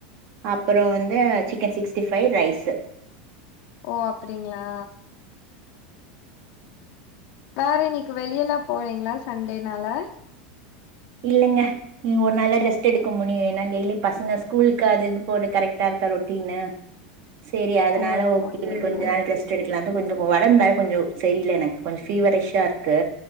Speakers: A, on the right; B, on the left.
A: அப்புறோ வந்து சிக்கன் சிக்ஸ்டி ஃபை ரைஸு
B: ஓ அப்டிங்ளா வேற இன்னைக்கு வெளியலா போறேங்ளா சண்டேனால
A: இல்லங்க இன் ஒரு நாள்தா ரெஸ்ட் எடுக்க முனியு ஏனா டெய்லி பசுங்க ஸ்கூல்க்கு அதுஇதுன்னு போக கரெக்ட்டா இருக்கா ரொட்டீன்னு
B: <inaudible>
A: சேரி அதுனால
B: ஓ
A: ஓகே
B: அப்டிங்களா
A: இன்னு கொஞ்ச நேரகாஸ் ரெஸ்ட் எடுக்குலான்ட்டு கொஞ்சோ போ ஒடம்ப்வேற கொஞ்சோ சரியில்ல எனக் கொஞ் ஃபீவரிஷ்ஷா இருக்கு